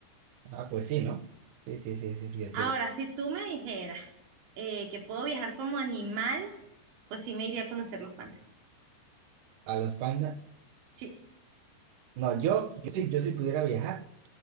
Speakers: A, on the right; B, on the right.
A: Ah, pues sí, ¿no? Sí, sí, sí, sí, sí, es
B: Ahora, si tú me dijeras eh, que puedo viajar como animal, pues sí me iría a conocer los pandas.
A: A los pandas.
B: Sí.
A: No, yo, yo sí, yo si pudiera viajar.